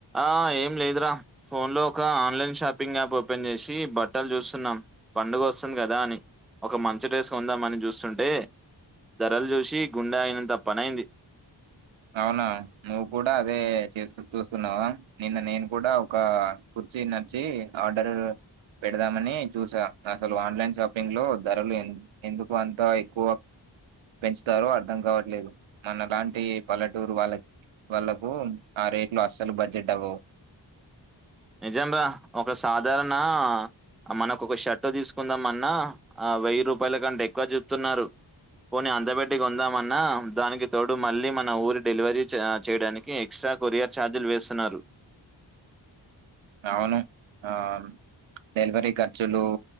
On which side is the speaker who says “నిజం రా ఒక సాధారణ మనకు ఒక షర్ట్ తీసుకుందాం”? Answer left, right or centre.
Centre